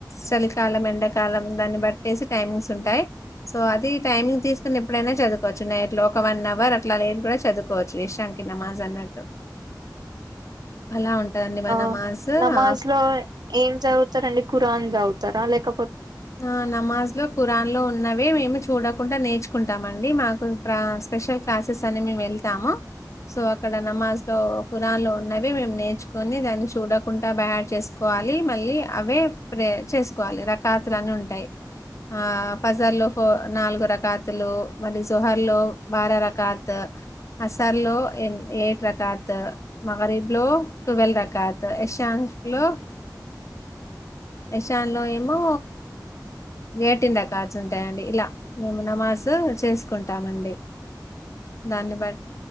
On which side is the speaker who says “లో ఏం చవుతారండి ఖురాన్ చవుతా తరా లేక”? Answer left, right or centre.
Right